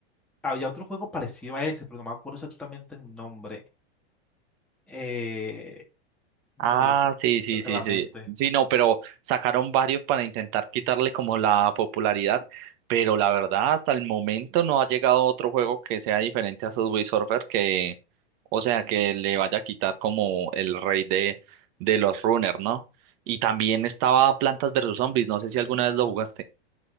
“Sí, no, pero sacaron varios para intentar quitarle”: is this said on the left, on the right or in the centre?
Right